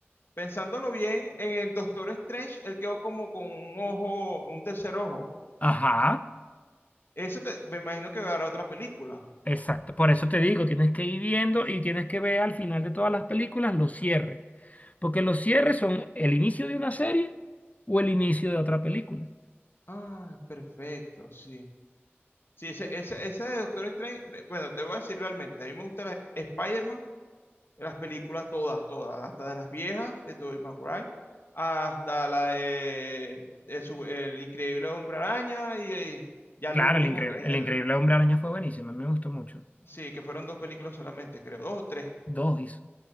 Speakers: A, on the left; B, on the left.
A: pensándolo bien, en el Doctor Strange, él quedó como con un ojo, un tercer ojo.
B: Ajá,
A: Eso te- me imagino que dará otra película.
B: exacto. Por eso te digo, tienes que ir viendo y tienes que ver al final de todas las películas los cierres. Porque los cierres son el inicio de una serie o el inicio de otra película.
A: Ah, perfecto, sí. Sí, ese, ese, ese de Doctor Strange, eh, bueno, te voy a decir realmente, a mí me gusta la- Spider-Man. de las películas todas, todas, hasta de las viejas de Tobey Maguire, hasta la de, de su- El Increíble Hombre Araña y, y ya
B: Claro,
A: el último
B: el increíble,
A: que es
B: el
A: el,
B: increíble Hombre Araña fue buenísimo, a mí me gustó mucho.
A: sí, que fueron dos películas solamente, creo, dos o tres,
B: Dos hizo.